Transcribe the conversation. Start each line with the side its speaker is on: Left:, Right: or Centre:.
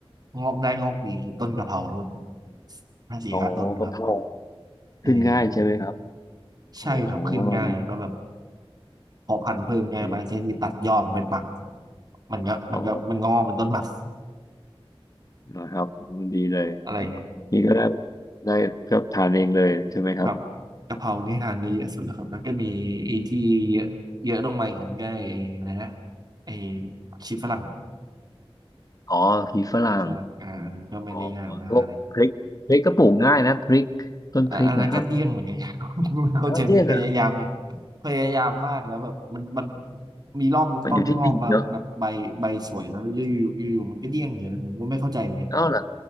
Right: งอกได้งอกดีคือต้นกะเพราต้นห้าสี่ห้าต้นครับ
Left: อ๋อกะเพรา
Right: เออ
Left: ขึ้นง่ายใช่ไหมครับอ๋อ
Right: ใช่ครับขึ้นง่ายแล้วก็แบบ
Left: ดี
Right: พอพันธุ์เพิ่มง่ายมากใช่คือตัดยอดมันเป็นปัก
Left: ดี
Right: มันก็มันก็มันงอกเป็นต้นบัก
Left: อ๋อนะครับดีเลย
Right: อะไรอย่างเงี้ย
Left: นี่ก็ได้ได้ก็ทานเองเลยใช่ไหมครับ
Right: ครับกะเพรานี่ทานได้เยอะสุดแล้วครับแล้วก็มีไอ้ที่เยอะเยอะลงมาอย่างนั้นก็ไอ้อะไรนะไอ้ผักชีฝรั่ง
Left: อ๋อพริกฝรั่ง
Right: ผักชีฝรั่งอ่าอันนั้นก็ไม่ได้ยากมากอะไร
Left: อ๋อพวกพริกพริกก็ปลูกง่ายนะพริกต้นพริกนะครับ
Right: อ่ะอันนั้นก็เดี้ยงเหมือนกัน <laughs> ครับ <laughs> เข้าใจมกันพยายามอยู่
Left: อ้าวเนี่ยเหรอ
Right: พยายามมากแล้วแบบมันมันมีรอบหนึงต้นงอกมาแบบใบใบสวยแล้วอยู่อยู่อยู่อยู่มันก็เดี้ยงเฉยเลยผมก็ไม่เข้าใจเหมือนกัน
Left: มันอยู่ที่ดินเนาะอ้าวเหรอ